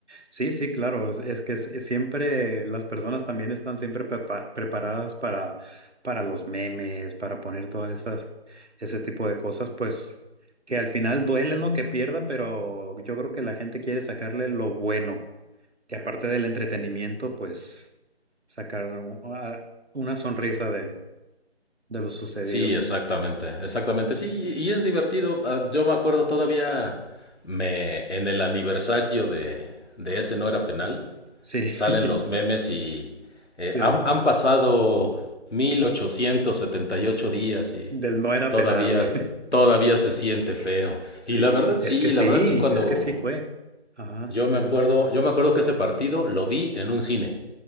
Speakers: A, on the right; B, on the left.
A: Sí, sí, claro. Es, es que es- siempre las personas también están siempre prepa- preparadas para, para los memes, para poner todas esas, ese tipo de cosas, pues que al final duele, ¿no? Que pierda, pero yo creo que la gente quiere sacarle lo bueno. Que aparte del entretenimiento, pues sacar u- a- una sonrisa de, de lo sucedido.
B: Sí, exactamente, exactamente. Sí, y y es divertido. Ah, Yo me acuerdo todavía me, en el aniversario de, de ese no era penal,
A: Sí,
B: salen
A: <laughs>
B: los memes y
A: sí.
B: eh, han, han pasado 1878 días y
A: Del no era
B: todavía,
A: penal. <laughs>
B: todavía se siente feo.
A: Sí,
B: Y la verdad sí,
A: es que sí,
B: la verdad sí, cuando
A: es que sí fue. Ajá,
B: yo
A: sí,
B: me acuerdo,
A: sí, sí.
B: yo me acuerdo que ese partido lo vi en un cine,